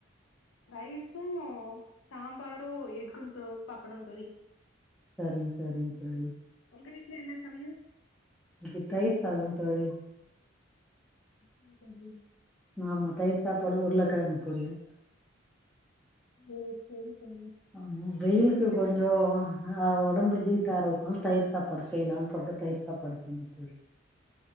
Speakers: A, on the left (about 85°); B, in the centre.
A: ரைஸும் சாம்பாரு எஃகு சாப்புடுற தோழி
B: சரிங்க சரிங்க தோழி
A: உங்க வீட்டுல என்ன சமையல்
B: இன்னிக்கு தயிர் சாத தோழி
A: <unintelligible>
B: ஆமா தயிர் சாப்பாடு உருளக்கிழங்கு பொரியல்
A: சேர் சேரி தோழி
B: ஆ வெயிலுக்கு
A: என்ன
B: கொஞ்ச
A: பண்
B: அ உடம்பு ஹீட் ஆறதுனால தயிர் சாப்பாடு செய்யலாம்னு சொல்லிட்டு தயிர் சாப்பாடு செஞ்ச தோழி